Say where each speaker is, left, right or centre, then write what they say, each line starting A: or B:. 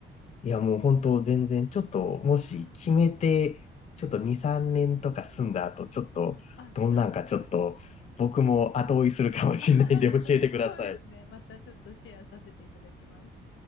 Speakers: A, on the left; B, on the left.
A: いや、もう本当全然、ちょっと、もし決めて、
B: <laughs>
A: ちょっと2、3年とか住んだ後、ちょっと、
B: あ
A: どんなんかちょっと、僕も後追いするかもしれないんで教えてください。
B: <laughs> そうですねまたちょっとシェアさせていただきます。